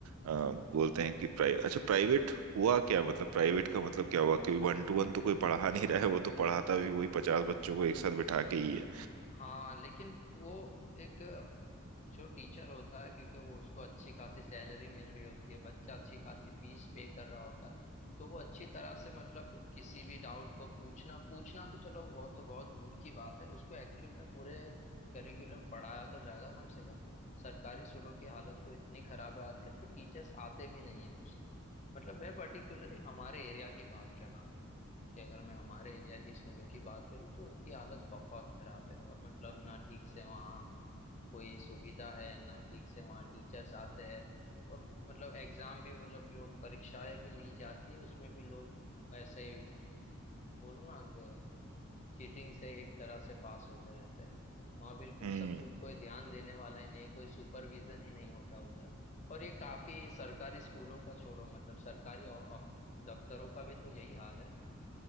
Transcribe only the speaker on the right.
अ, बोलते हैं कि प्राइ अच्छा प्राइवेट हुआ क्या मतलब प्राइवेट का मतलब क्या हुआ कि वन टू वन तो कोई पढ़ा नहीं रहा है वो तो पढ़ाता भी वही पचास बच्चों को एक साथ बिठा के ही है
हम्म